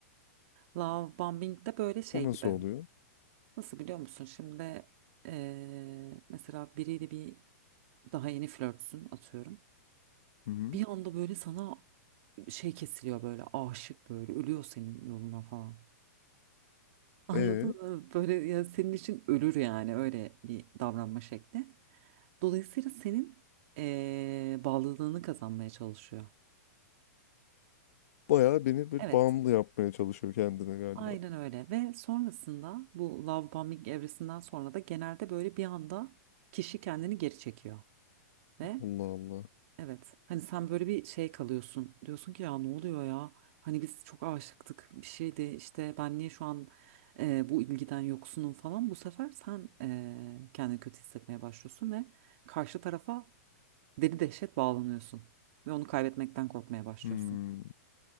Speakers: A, on the right; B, on the left.
A: Love bombing de böyle şey
B: O nasıl
A: gibi.
B: oluyor?
A: Nasıl biliyor musun? Şimdi eee, mesela biriyle bir daha yeni flörtsün atıyorum.
B: Hı hı.
A: Bir anda böyle sana şey kesiliyor böyle aşık böyle ölüyor senin yoluna falan. <laughs> Anladın
B: E
A: mı? Böyle ya senin için ölür yani öyle bir davranma şekli. Dolayısıyla senin eee bağlılığını kazanmaya çalışıyor.
B: bayağı beni bir
A: Evet,
B: bağımlı yapmaya çalışıyor kendine galiba.
A: aynen öyle ve sonrasında bu love bombing evresinden sonra da genelde böyle bir anda kişi kendini geri çekiyor ve
B: Allah Allah.
A: Evet. Hani sen böyle bir şey kalıyorsun. Diyorsun ki ya ne oluyor ya? Hani biz çok aşıktık bir şeydi işte ben niye şu an e, bu ilgiden yoksunum falan. Bu sefer sen e, kendini kötü hissetmeye başlıyorsun ve karşı tarafa deli dehşet bağlanıyorsun. Ve onu kaybetmekten korkmaya başlıyorsun.
B: Hmm.